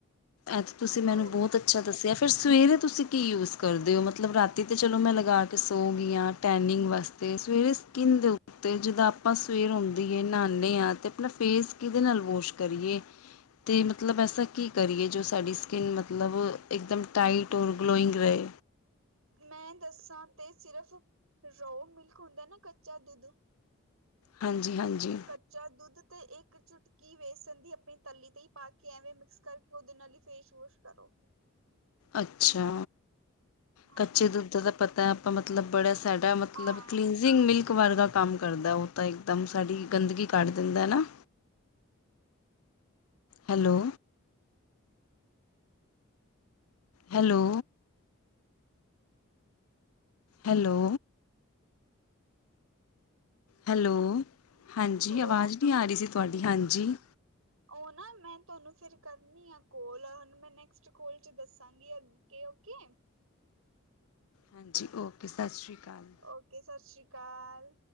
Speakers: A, on the left; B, on the right.
A: ਅੱਜ ਤੁਸੀਂ ਮੈਨੂੰ
B: ਉਹ
A: ਬਹੁਤ ਅੱਛਾ ਦੱਸਿਆ, ਫਿਰ ਸਵੇਰੇ ਤੁਸੀਂ ਕੀ ਯੂਜ ਕਰਦੇ ਹੋ? ਮਤਲਬ ਰਾਤੀ ਤਾਂ ਚਲੋ ਮੈਂ ਲਗਾ ਕੇ ਸੌ ਗਈ ਹਾਂ ਟੈਨਿੰਗ ਵਾਸਤੇ ਤੇ ਸਵੇਰੇ ਸਕਿਨ ਦੇ ਉਤ ਤੇ ਜਿੱਦਾਂ ਆਪਾਂ ਸਵੇਰ ਆਉਂਦੀਏ ਨਹਾਦੇ ਹਾਂ ਤੇ ਆਪਣਾ ਫੇਸ ਕਿਹਦੇ ਨਾਲ ਵੋਸ਼ ਕਰੀਏ? ਤੇ ਮਤਲਬ ਐਸਾ ਕਿ ਕਰੀਏ ਜੋ ਸਾਡੀ ਸਕਿਨ ਮਤਲਬ ਇੱਕਦਮ ਟਾਈਟ ਔਰ ਗਲੋਇੰਗ ਰਹੇ।
B: ਮੈਂ ਦੱਸਾਂ ਤੇ ਸਿਰਫ਼ ਰੋ ਮਿਲਕ ਹੁੰਦਾ ਨਾ ਕੱਚਾ ਦੁੱਧ
A: ਹਾਂਜੀ ਹਾਂਜੀ।
B: ਕੱਚਾ ਦੁੱਧ ਤੇ ਇੱਕ ਚੁਟਕੀ ਵੇਸਣ ਦੀ ਆਪਣੀ ਤੱਲੀ ਤੇ ਹੀ ਪਾ ਕੇ ਐਵੇਂ ਮਿਕਸ ਕਰਕੇ। ਉਹਦੇ ਨਾਲ ਹੀ ਫੇਸ ਵਾਸ਼ ਕਰੋ।
A: ਅੱਛਾ।
B: ਹਾਂਜੀ,
A: ਕੱਚੇ ਦੁੱਧ ਦਾ ਪਤਾ, ਆਪਾਂ ਮਤਲਬ ਬੜਾ ਸਾਡਾ ਮਤਲਬ
B: ਹਾਂ,
A: ਕਲੀਨਜਿੰਗ ਮਿਲਕ। ਇੱਕ ਵਾਰ ਦਾ ਕੰਮ ਕਰਦਾ ਉਹ ਤਾਂ। ਇੱਕਦਮ ਸਾਡੀ ਗੰਦਗੀ ਕੱਢ ਦਿੰਦਾ ਨਾ। Hello hello hello hello? ਹਾਂਜੀ
B: ਹੈਲੋ,
A: ਆਵਾਜ਼ ਨਹੀਂ ਆ ਰਹੀ ਸੀ ਤੁਹਾਡੀ, ਹਾਂਜੀ।
B: ਜੀ। ਉਹ ਨਾ ਮੈਂ ਤੁਹਾਨੂੰ ਫਿਰ ਕਰਨੀ ਆ ਕੋਲ, ਹੁਣ ਮੈਂ ਨੈਕਸਟ ਕਾਲ ਚ ਦੱਸਾਂਗੀ। ਕਿ ਓਕੇ ਏ।
A: ਹਾਂਜੀ। ਓਕੇ ਸਤਿ ਸ਼੍ਰੀ ਅਕਾਲ।
B: ਓਕੇ ਸਤਿ ਸ਼੍ਰੀ ਅਕਾਲ।